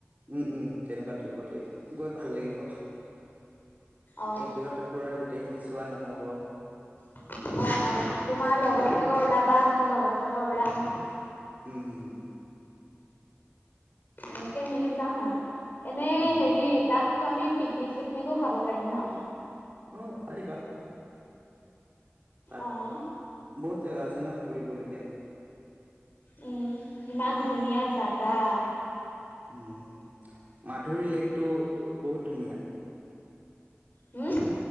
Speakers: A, on the right; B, on the left.
A: উম, উম, তেনেকুৱা ট্ৰিপতে গৈ ভাল লাগিব,
B: অঁ
A: একদিনতে পুৰা গোটেইখিনি চোৱা নহ'ব।
B: অ', অ‌', তোমাৰ লগৰ চগৰ ওলাবা, মোৰ লগৰ চগৰ ওলাম।
A: উম, উম।
B: এনেকে মিলি যাম আৰু এনে
A: উম
B: হেৰি তাত তো আমি পিকনিক, চিকনিকো খাব পাৰিম ন?
A: অ', পাৰিবা। তাত
B: অঁ
A: বহুত জেগা আছে ন' ফুৰিবলগীয়া?
B: উম, ইমান ধুনীয়া জাগা।
A: উম, মাধুৰী লেকটো বহুত ধুনীয়া।
B: হম।